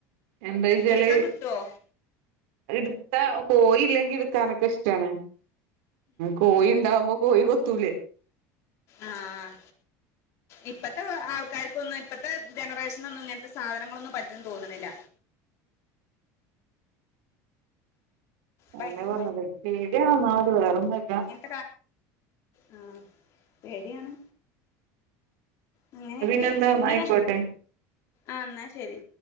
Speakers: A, on the right (about 70°); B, on the left (about 40°).
A: എന്തൊയ്ച്ചാല്
B: എടുക്കാൻ കിട്ടുവോ
A: ഇടുത്താ കോയില്ലെങ്കി ഇടുക്കാനൊക്കെ ഇഷ്ടാണ്. കോയിണ്ടാവുമ്പോ കോയി കൊത്തൂലേ?
B: ആഹ് ഇപ്പത്തെ ആൾക്കാർ ക്കൊന്നും ഇപ്പത്തെ ജനറേഷനൊന്നും ഇങ്ങനത്തെ സാധനങ്ങളൊന്നും പറ്റുന്ന് തോന്നണില്ല.
A: അതന്നെ
B: ഭയങ്കര
A: പറഞ്ഞത് പേടിയാണ് ഒന്നാമത് വേറൊന്നുല്ല
B: <unintelligible> ആ പേടിയാണ് അങ്ങനെയൊക്കെ
A: ന്നാ പിന്നെന്താ
B: പിന്നെ
A: ന്നാ ആയിക്കോട്ടെ
B: ആഹ് എന്നാ ശെരി.